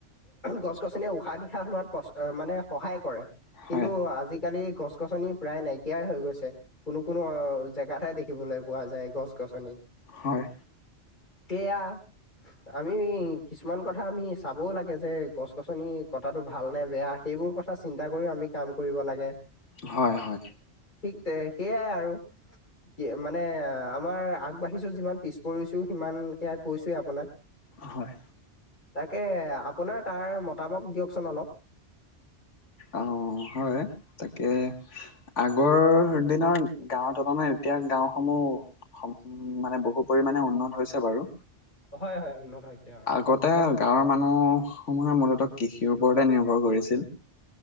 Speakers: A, on the left; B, on the left.
A: গছ গছনিয়ে উশাহ নিশাহ লোৱাত কষ্ট মানে সহায় কৰে কিন্তু
B: হয়
A: আজিকালি গছ গছনি প্ৰায় নাইকিয়াই হৈ গৈছে কোনো কোনো জেগাতহে দেখিবলৈ পোৱা যায় গছ গছনি <unintelligible>
B: হয়
A: তেয়া আমি কিছুমান কথা আমি চাবও লাগে যে গছ গছনি কটাটো ভাল নে বেয়া সেইবোৰ কথা চিন্তা কৰিও আমি কাম কৰিব লাগে
B: হয় হয়
A: তে সেইয়াই আৰু কি মানে আমাৰ আগবাঢ়িছো যিমান পিছ পৰিছো সিমান সেয়া কৈছোয়ে আপোনাক
B: হয়
A: তাকে আপোনাৰ তাৰ মতামত দিয়কচোন অলপ
B: অ হয় তাকে আগৰ দিনৰ গাঁৱত অনা নাই এতি এতিয়া গাওসমূহ মানে বহু পৰিণে উন্নত হৈছে বাৰু <unintelligible>
A: হয় হয় উন্নত। হৈছে অ
B: আগতে গাঁৱৰ মানুহ। সমূহে মূলত কৃষিৰ ওপৰতে নিৰ্ভৰ কৰিছিল?